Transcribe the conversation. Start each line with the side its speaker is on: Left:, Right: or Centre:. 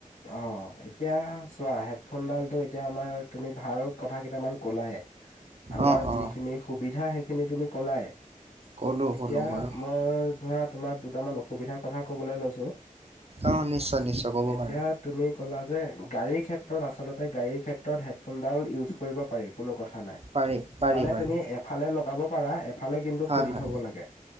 Left: অ' এতিয়া চোৱা হেডফোনডালটো এতিয়া আমাৰ তুমি ভাল কথা কেইটামান কলায়ে। আমাৰ
Right: অ'
Left: যিখিনি
Right: অ'
Left: সুবিধা। সেই খিনি তুমি কলায়ে,
Right: ক'লো
Left: এতিয়া
Right: ক'লো বাৰু
Left: মই ধৰা তোমাৰ অতমান অসুবিধাৰ কথা কবলৈ লৈছো
Right: অ' নিশ্চয় নিশ্চয় ক'ব
Left: এতিয়া
Right: পাৰা
Left: তুমি কলা যে গাড়ীৰ ক্ষেত্ৰত আচলতে গাড়ীৰ ক্ষেত্ৰত হেডফোনডাল ইউজ কৰিব পাৰি কোনো কথা নাই।
Right: পাৰি পাৰি
Left: মানে
Right: পাৰি
Left: তুমি এফালে লগাব পাৰা এফালে কিন্তু
Right: হয়
Left: খুলি
Right: হয়
Left: থব লাগে।